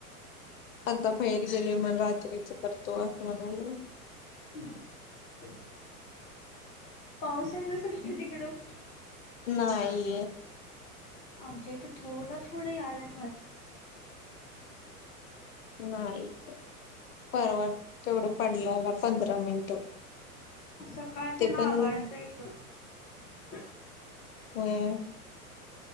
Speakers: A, on the left; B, on the left.
A: आता बाहेर गेले. मला रात्रीच करतो असं म्हणाले.
B: रिकामा ऑडिओ पाऊस आहे कां? श्रुष्टी तिकडं.
A: नाई.
B: आमच्या हीत थोडा थोडा यायलाय बग आता.
A: नाहीे. परवा तेवढं पडलेला पंधरा मिनिट.
B: सकाळच्या
A: ते
B: ना
A: पण
B: आभाळ येतं इथं. रिकामा ऑडिओ
A: व्हय.